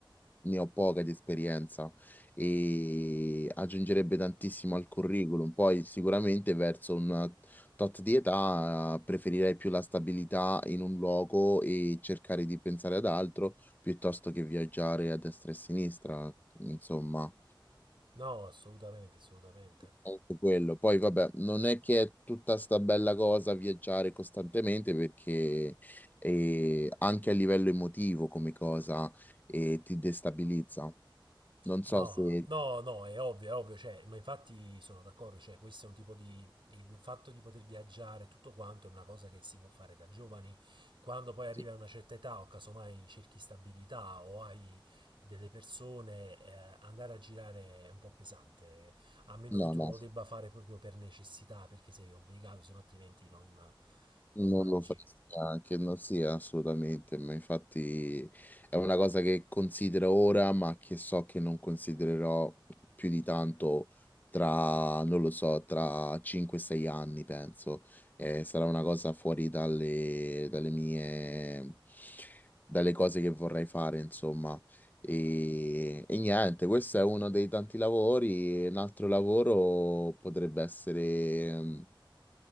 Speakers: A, on the left; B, on the right.
A: ne ho poca di esperienza e aggiungerebbe tantissimo al curriculum. Poi sicuramente verso un tot di età eh, preferirei più la stabilità in un luogo e cercare di pensare ad altro piuttosto che viaggiare a destra e a sinistra, insomma.
B: No, assolutamente, assolutamente.
A: Anche quello. Poi vabbè, non è che è tutta sta bella cosa viaggiare costantemente perché eh, anche a livello emotivo come cosa eh, ti destabilizza. Non
B: No,
A: so se
B: no, no, è ovvio, è ovvio, cioè, ma infatti sono d'accordo, cioè, questo è un tipo di... il fatto di poter viaggiare, tutto quanto, è una cosa che si può fare da giovani, quando poi arrivi
A: Sì.
B: a una certa età o casomai cerchi stabilità o hai delle persone, eh, andare a girare è un po' pesante, a meno
A: No,
B: che tu
A: no,
B: non lo debba fare proprio per necessità, perché sei obbligato, se no altrimenti non
A: non
B: non mangi.
A: lo farei neanche, non sia assolutamente, ma infatti è una cosa che considero ora, ma che so che non considererò più di tanto tra, non lo so, tra 5-6 anni, penso. Eh, sarà una cosa fuori dalle, dalle mie, dalle cose che vorrei fare, insomma. E, e niente, questo è uno dei tanti lavori. Un altro lavoro potrebbe essere...